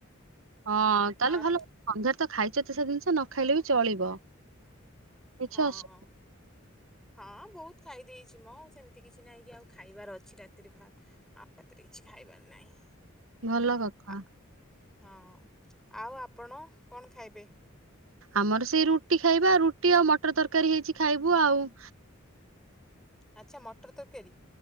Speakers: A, on the right (about 70°); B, in the centre.
A: ହଁ ତାଲେ
B: ଆଉ
A: ଭଲ ସନ୍ଧ୍ୟାରେ ତ ଖାଇଛ ଏତେ ସା ଜିନିଷ ନ ଖାଇଲେ ବି ଚଳିବ। କିଛି
B: ହଁଅଁ।
A: ଅସୁ
B: ହଁ ବହୁତ ଖାଇ ଦେଇଛି ମ ସେମିତି କିଛି ନାହିଁ କି ଆଉ ଖାଇବାର ଅଛି ରାତିରେ ଭା ଆଉ ରାତି ରେ କିଛି ଖାଇବାର ନାହିଁ।
A: ଭଲ କଥା।
B: ଆ- ହଁ ଆଉ ଆପଣ କଣ ଖାଇବେ?
A: ଆମର ସେଇ ରୁଟି ଖାଇବା ରୁଟି ଆଉ ମଟର ତରକାରୀ ହେଇଛି ଖାଇବୁ ଆଉ।
B: ଆଚ୍ଛା ମଟର ତରକାରୀ